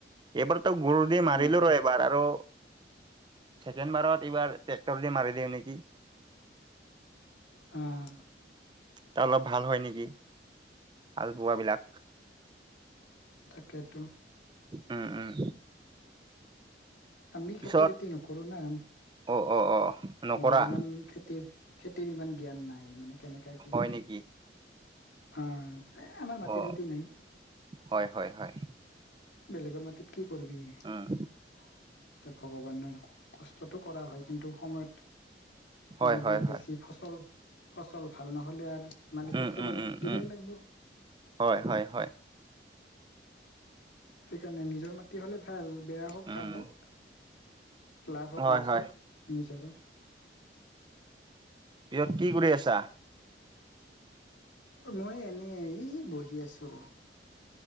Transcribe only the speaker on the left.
অ'
হাঁ।
তাকেটো।
আমি
খেতি বাতি নকৰোঁ না
মোৰ ইমান খেতিৰ খেতিৰ ইমান জ্ঞান নাই মানে কেনেকা কি-
আহ এহ আমাৰ মাটিত
ৰাতি নাই
বেলেগৰ মাটিত কি কৰিবি! এতিয়া
ভগৱানৰ কষ্টটো, কৰা হয় কিন্তু সময়ত
যদি
বেছি
ফচল ফচল ভাল নহলে আৰু মালিককতো
মালিকক
দিবাই
লাগিব।
সেইকাৰণে নিজৰ মাটি হলে ভাল বেয়া হওক
ভাল হওক। লাভ হওক
লছ
হওক নিজৰে।
অ', মই এনেই হেই বহি আছোঁ ৰ।